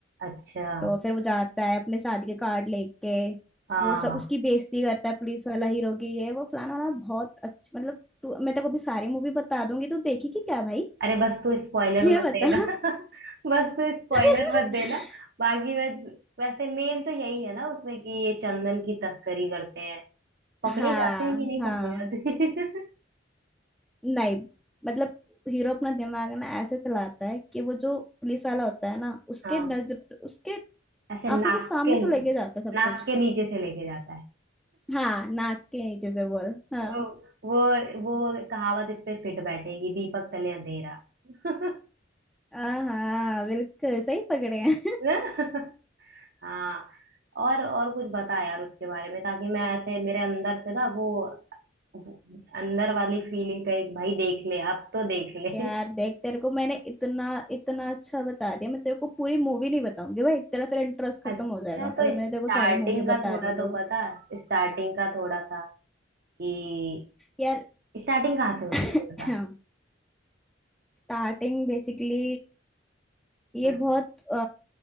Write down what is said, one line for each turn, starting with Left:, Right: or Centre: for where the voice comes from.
Right: अच्छा
Centre: तो फिर वो जाता है अपने शादी के कार्ड लेके
Right: हाँ
Centre: वो सब उसकी बेइज्जती करता है पुलिस वाला हीरो की ये वो फलाना वाला बहुत अच्छा मतलब तू मैं तेरे को भी सारी मूवी बता दूंगी तू देखेगी क्या भाई
Right: अरे बस तू स्पॉइलर
Centre: ये
Right: मत
Centre: बता
Right: देना <laughs> बस तू स्पॉइलर
Centre: <laughs>
Right: मत देना बाकी वैस, वैसे मेन तो यही है ना उसमें कि ये चंदन की तस्करी करते हैं पकड़े
Centre: हाँ
Right: जाते हैं कि नहीं
Centre: हाँ
Right: पकड़े जाते
Centre: नहीं मतलब हीरो अपना दिमाग ना ऐसे चलाता है कि वो जो पुलिस वाला होता है ना उसके
Right: <laughs> हाँ
Centre: नजर उसके
Right: ऐसे
Centre: आंखों
Right: नाक
Centre: के सामने
Right: के
Centre: से
Right: नी-
Centre: लेके जाता है सब
Right: नाक
Centre: कुछ
Right: के नीचे से लेके जाता है
Centre: हाँ नाक के नीचे से बोल हाँ
Right: <laughs> वो वो कहावत इस पे फिट बैठेगी दीपक तले अंधेरा <laughs>
Centre: हाँ बिल्कुल सही पकड़े हैं
Right: ना? हाँ और और कुछ बता यार उसके बारे में ताकि मैं ऐसे मेरे अंदर से ना वो अंदर वाली फीलिंग का एक भाई देख ले अब तो देख ले
Centre: यार
Right: <laughs>
Centre: देख तेरे को मैंने इतना इतना अच्छा बता दिया मैं तेरे को पूरी मूवी नहीं बताऊंगी भाई तेरा फिर इंटरेस्ट खत्म
Right: अच्छा
Centre: हो जाएगा
Right: तो
Centre: अगर मैंने
Right: स्टार्टिंग
Centre: तेरे को सारी मूवी
Right: का
Centre: बता
Right: थोड़ा
Centre: दी तो
Right: तो बता स्टार्टिंग का थोड़ा सा कि
Centre: यार
Right: स्टार्टिंग कहाँ से होती
Centre: <clears throat>
Right: है ये बता
Centre: स्टार्टिंग बेसिकली ये
Right: हम्म,
Centre: बहुत अ,